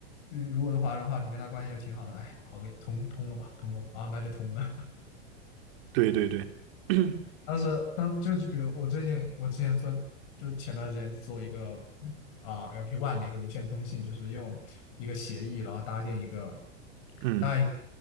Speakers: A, on the left; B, on the right.
A: 嗯如果是华人的话，你跟他关系也挺好的，哎，熬个通通了吧，通过了啊，那就通了。
B: 对对对，<coughs> <clears throat>
A: 当时，当就就比如我最近，我之前做，就前段时间做一个啊、LP One 的一个无线通信，就是用一个协议，然后搭建一个
B: 嗯
A: 搭一个